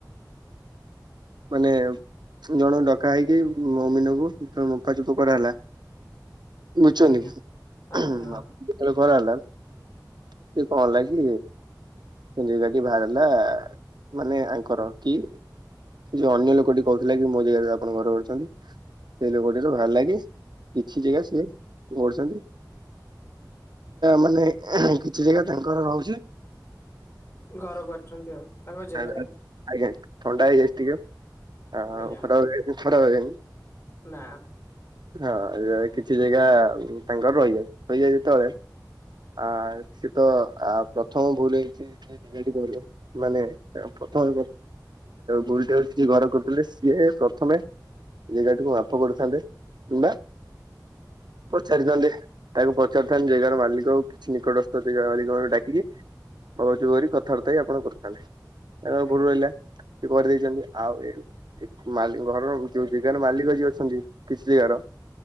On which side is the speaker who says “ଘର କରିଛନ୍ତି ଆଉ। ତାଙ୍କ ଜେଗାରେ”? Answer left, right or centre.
Left